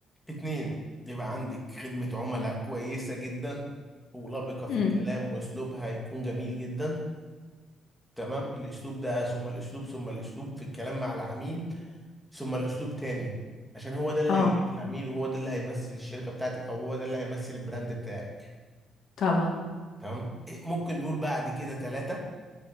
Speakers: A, in the centre; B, on the left.
A: اتنين يبقى عندك خدمة عملاء كويسة جدا ولبقة في
B: امم
A: الكلام واسلوبها يكون جميل جدا تمام الاسلوب ده ثم الاسلوب ثم الاسلوب في الكلام مع العميل ثم الاسلوب تاني عشان هو ده اللي
B: اه
A: هيجيب لك العميل وهو ده اللي هيمثل الشركة بتاعتك او هو ده اللي هيمثل البراند بتاعك
B: طبعا
A: تمام إيه، ممكن نقول بعد كده ثلاثة